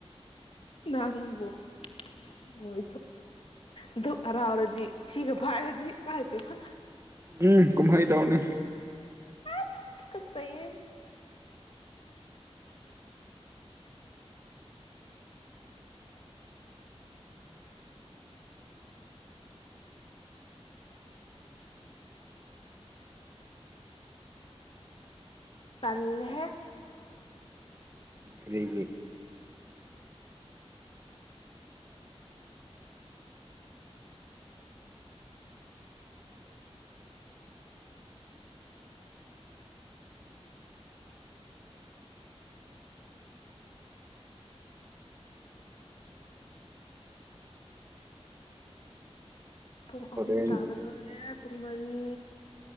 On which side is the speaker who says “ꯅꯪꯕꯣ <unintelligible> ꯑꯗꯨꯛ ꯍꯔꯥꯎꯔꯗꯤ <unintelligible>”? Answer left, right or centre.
Left